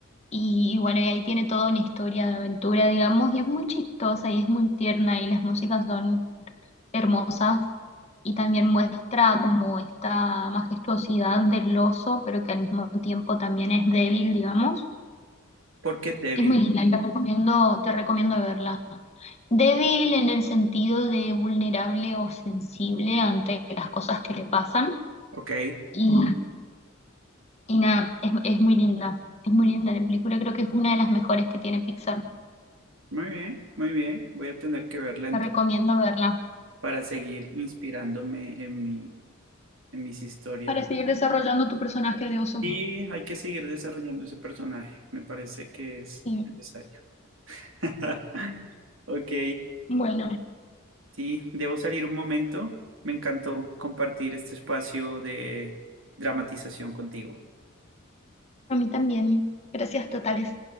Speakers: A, on the left; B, on the right.
A: Y, y bueno, y ahí tiene toda una historia de aventura, digamos, y es muy chistosa y es muy tierna y las músicas son hermosas. y también muestra como esta majestuosidad del oso, pero que al mismo tiempo también es débil, digamos.
B: Porque es débil.
A: Es muy linda, te recomiendo, te recomiendo verla. Débil en el sentido de vulnerable o sensible ante las cosas que le pasan.
B: Ok,
A: Y, y nada, es, es muy linda. Es muy linda la película, creo que es una de las mejores que tiene Pixar.
B: muy bien, muy bien. Voy a tener que verla entonces
A: Te recomiendo verla
B: para seguir inspirándome en mi, en mis historias.
A: para seguir desarrollando tu personaje de oso.
B: Y hay que seguir desarrollando ese personaje. Me parece que es
A: sí
B: necesario. <laughs> Ok,
A: bueno,
B: Sí, debo salir un momento. Me encantó compartir este espacio de dramatización contigo.
A: a mí también. Gracias totales.